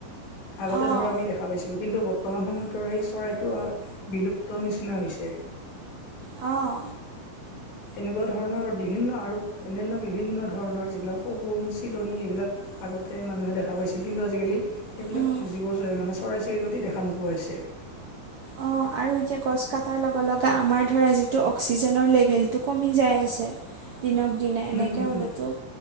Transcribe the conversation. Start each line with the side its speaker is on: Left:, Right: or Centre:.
Left: আগতে
Right: অঁ
Left: ধৰ আমি দেখা পাইছিলো কিন্তু বৰ্তমান সময়ত ধৰা সেই চৰাইটো বিলুপ্ত। তৰ নিচিনা হৈছে
Right: অঁ
Left: এনেকুৱা ধৰণৰ বিভিন্ন আৰু অন্য়ান্ বিভিন্ন ধৰণৰ যিবিলাক সগুন এইবিলাক আগ মানুে দেখা পাইছিল কিন্তুাল
Right: উম।
Left: সবিল সেই গতি দেখা নোপোৱা হৈছে
Right: অ আৰু এতিয়া গছ কটাৰ লগে লগে আমাৰ ধৰা যিটো অক্সিজেনৰ লেভেলটো কমি যায় আছে দিনক দিনে এনেকে
Left: উম উম
Right: হলেতো
Left: উম